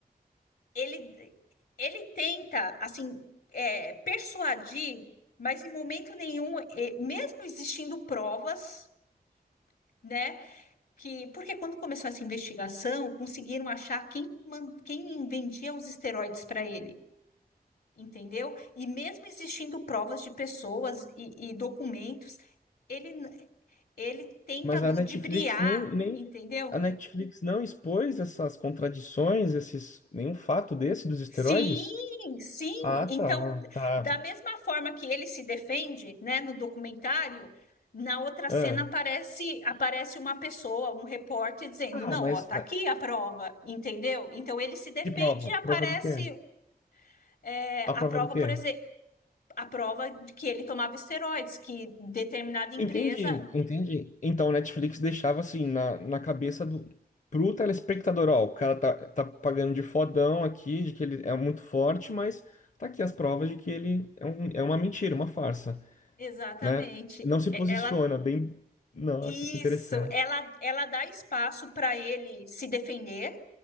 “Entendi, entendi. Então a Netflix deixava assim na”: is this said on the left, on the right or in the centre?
Left